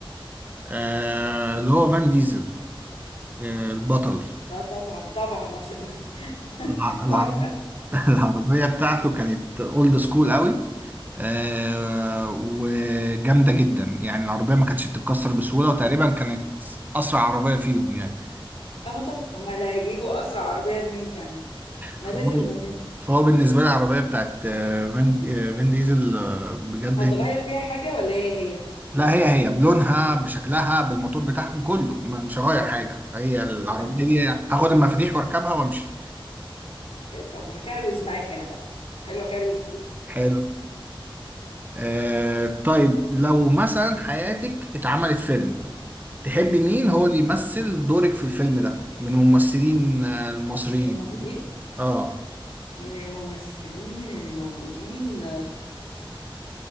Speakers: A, on the right; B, on the left.
A: آه اللي هو فان ديزل آه البطل
B: اه طبعا طبعا عشان <laughs>
A: الع- العرب...
B: موافقة
A: <laughs> العربية بتاعته كانت اولد سكول قوي آه وجامدة جدا يعني العربية ما كانتش بتتكسر بسهولة وتقريبا كانت أسرع عربية فيهم يعني
B: اما طبعا ما اللي هيجيبوا اسرع عربية لمين يعني ما
A: فهو
B: لازم فان ديزل
A: فهو بالنسبة لي العربية بتاعت آه، فان آه، فان ديزل آه، بجد
B: هتغير
A: هي
B: فيها حاجة ولا هي هي
A: لا هي هي بلونها بشكلها بالموتور بتاعهم كله ما- مش هغير حاجة هي العربية
B: انا موافقة
A: دي هاخد المفاتيح واركبها وامشي
B: آه، طب هكروز معاك انا بقى حلوة كروز دي
A: <laughs> حلو آه طيب لو مثلا حياتك اتعملت فيلم تحبي مين
B: امم
A: هو اللي يمثل دورك في الفيلم ده من الممثلين آه، المصريين
B: الموجودين
A: اه
B: من الممثلين اللي موجودين